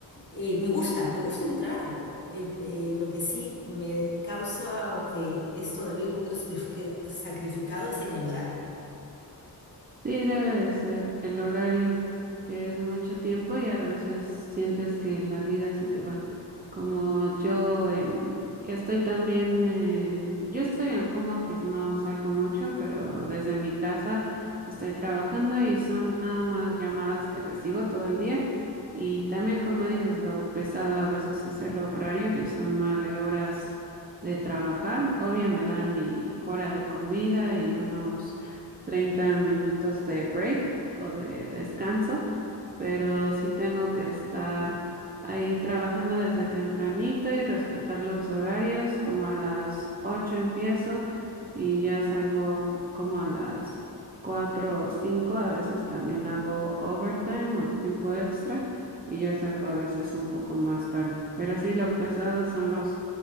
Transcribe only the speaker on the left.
eh, me gusta, me gusta mi trabajo. El- eh, lo que sí me causa que es todavía un poquito sacrifica- sacrificado es en el horario.